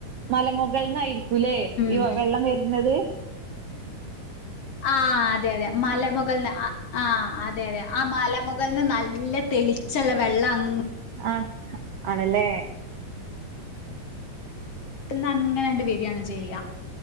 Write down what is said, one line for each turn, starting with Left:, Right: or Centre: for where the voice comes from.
Right: മലമുകളൾന്നയിരിക്കൂല്ലേ
Left: ഉം
Right: ഈ വെള്ളം വരുന്നത് <unintelligible> <inaudible>
Left: ആ അതെ അതെ മല മുകളൾന്ന. ആ അതെ അതെ ആ മലമുകളിൽന്ന് നല്ല തെളിച്ചുള്ള വെള്ളം.
Right: ആഹ ആണല്ലേ.
Left: എന്നന്ന് അങ്ങനെട്ട് ബരിയാാണ് ചെയ്യാം <unintelligible>